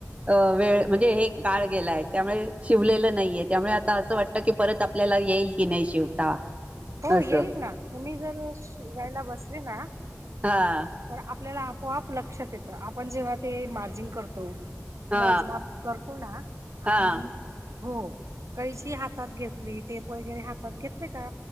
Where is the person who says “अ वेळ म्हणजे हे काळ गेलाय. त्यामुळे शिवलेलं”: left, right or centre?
Right